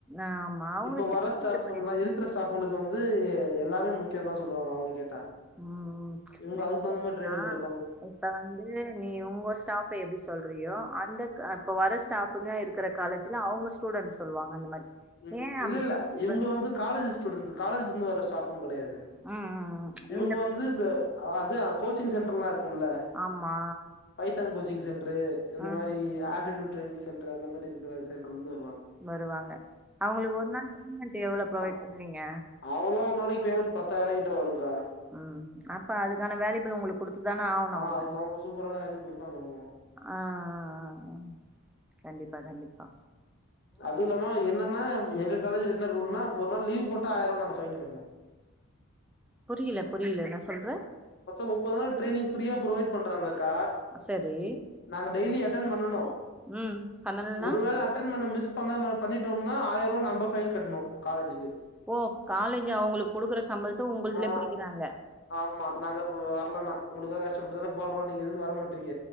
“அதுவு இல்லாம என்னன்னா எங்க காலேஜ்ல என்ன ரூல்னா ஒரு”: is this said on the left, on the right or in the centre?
Left